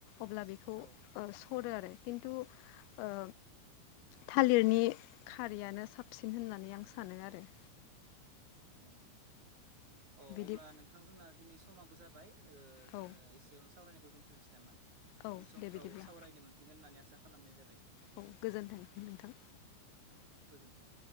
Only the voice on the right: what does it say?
औ
औ औ औ,
अब्ला नोंथां जोंना दिनै समाबो जाबाय। ओ जोङो
एसेयावनो सावरायनायखौ दोन्थ'नोसै नामा?
उन समफ्राव
सावरायनो मोनफिनगोन होननानै आसा खालामनाय जाबाय।
औ गोजोन्थों।